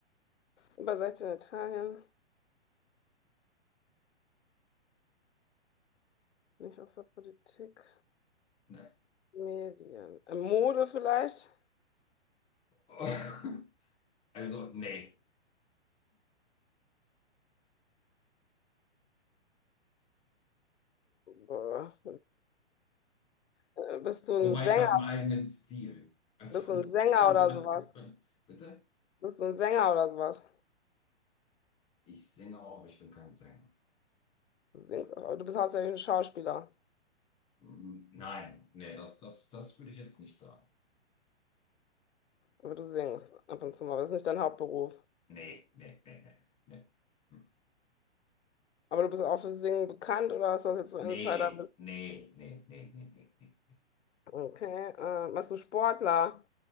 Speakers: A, on the left; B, on the left.
A: Über 16 Italien. Nicht aus der Politik.
B: ne.
A: Medien. Äh, Mode vielleicht?
B: <laughs> Also, nee.
A: Boah. Äh, Bist du ein
B: Wobei
A: Sänger?
B: ich habe einen eigenen Stil. Also,
A: Bist du ein Sänger
B: <laughs> wenn
A: oder
B: dir das.
A: sowas?
B: so, Bitte?
A: Bist du ein Sänger oder sowas?
B: Ich singe auch, aber ich bin kein Sänger.
A: Du singst, auch- aber du bist hauptsächlich ein Schauspieler,
B: Mm, Nein, nee, das, das, das würde ich jetzt nicht sagen.
A: aber du singst ab und zu mal. aber Das ist nicht dein Hauptberuf.
B: Nee, nee, nee, nee, nee. Hm.
A: Aber du bist auch für Singen bekannt oder ist das jetzt so
B: Nee,
A: Insider?
B: nee, nee, nee, nee, nee.
A: Okay. Äh, warst du Sportler?